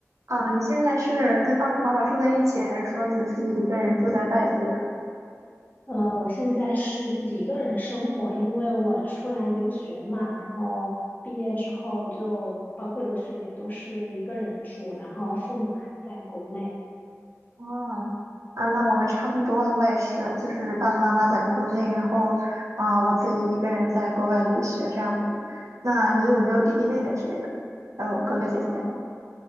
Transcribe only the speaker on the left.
呃，我现在是自己一个人生活，因为我出来留学嘛，然后毕业之后就包括留学也都是一个人住，然后父母还在国内。
呃，